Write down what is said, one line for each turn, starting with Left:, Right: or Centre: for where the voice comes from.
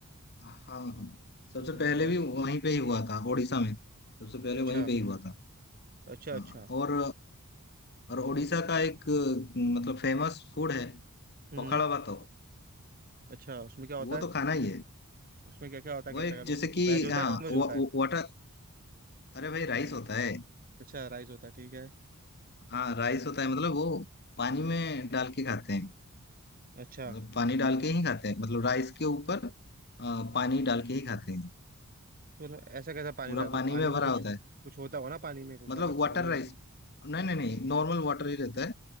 Left: हाँ हाँ सबसे
Right: हम्म
Left: पहले
Right: और
Left: भी वहीं पे ही हुआ था उड़ीसा में सबसे पहले
Right: अच्छा
Left: वहीं पे ही हुआ था
Right: अच्छा
Left: हाँ
Right: अच्छा
Left: और और उड़ीसा का एक मतलब फेमस फूड है
Right: हम्म
Left: पखाड़ा भात
Right: अच्छा उसमें क्या होता
Left: वो तो
Right: है
Left: खाना ही है
Right: उसमें क्या क्या होता है
Left: वो
Right: कैसा
Left: एक
Right: क्या
Left: जैसे कि
Right: वेज होता
Left: हाँ
Right: है नॉन
Left: वा,
Right: वेज होता
Left: वा-
Right: है
Left: वाटर अरे भाई राइस होता है
Right: अच्छा राइस होता है ठीक है
Left: हाँ राइस होता है मतलब वो पानी में डाल के खाते हैं
Right: अच्छा
Left: मतलब पानी डाल के ही खाते हैं मतलब राइस के ऊपर अ, पानी डाल के ही खाते हैं
Right: तो न- ऐसा कैसा पानी
Left: पूरा
Right: डाल कुछ
Left: पानी
Right: पानी
Left: में
Right: में
Left: भरा
Right: कुछ
Left: होता
Right: कुछ
Left: है
Right: होता हो ना पानी में कुछ
Left: मतलब
Right: अलग
Left: वाटर
Right: सा नहीं
Left: राइस
Right: होता
Left: नहीं नहीं नहीं नॉर्मल वाटर ही रहता है